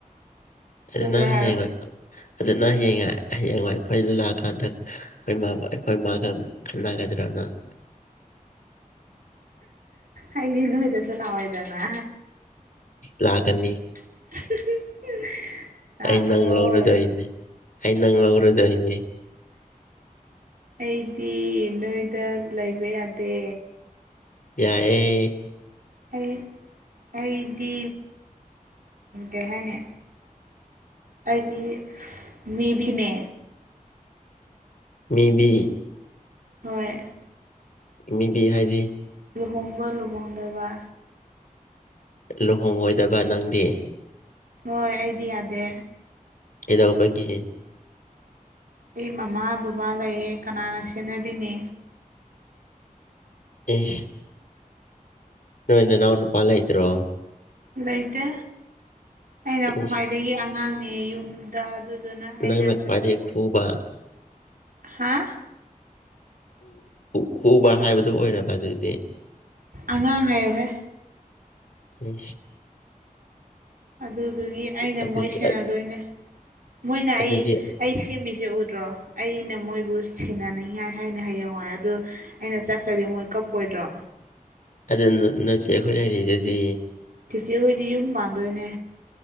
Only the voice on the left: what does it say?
ꯑ
ꯅꯪ
ꯍꯌꯦꯡ ꯂꯥꯀ ꯑꯗꯨꯅ ꯍꯌꯦꯡ ꯍꯌꯦꯡ ꯑꯩꯈꯣꯏꯗ ꯂꯥꯛꯑꯀꯥꯟꯗ ꯑꯩꯈꯣꯏ ꯏ ꯑꯩꯈꯣꯏ ꯏ ꯃꯥꯒ ꯈꯟꯅꯒꯗ꯭ꯔꯅ ꯑ
ꯂꯥꯛꯀꯅꯤ
ꯑꯩ
ꯅꯪ
ꯂꯧꯔꯗꯣꯏꯅꯤ ꯑꯩ ꯅꯪ ꯂꯧꯔꯗꯣꯏꯅꯤ
ꯌꯥꯏꯌꯦ
ꯃꯦꯕꯤ
ꯃꯤꯕꯤ ꯍꯥꯏꯗꯤ
ꯂꯨꯍꯣꯡꯉꯣꯏꯗꯕ ꯅꯪꯗꯤ
ꯀꯩꯗꯧꯕꯒꯤ
ꯑꯦꯁ ꯅꯣꯏ ꯅꯅꯥꯑꯣ ꯅꯨꯄꯥ ꯂꯩ ꯇꯔꯣ
ꯏꯁ
ꯅꯪꯅ ꯈ꯭ꯋꯥꯏꯗꯒꯤ ꯈꯨꯕ
ꯈꯨꯕ ꯍꯥꯏꯕꯗꯨ ꯑꯣꯏꯔꯕ ꯑꯗꯨꯗꯤ
ꯑ
ꯑꯗꯨꯗꯤ
ꯑꯗꯨꯗꯤ
ꯑꯗꯨ ꯅꯣꯏꯆꯦ ꯑꯩꯈꯣꯏ ꯂꯩꯔꯤꯗꯨꯗꯤ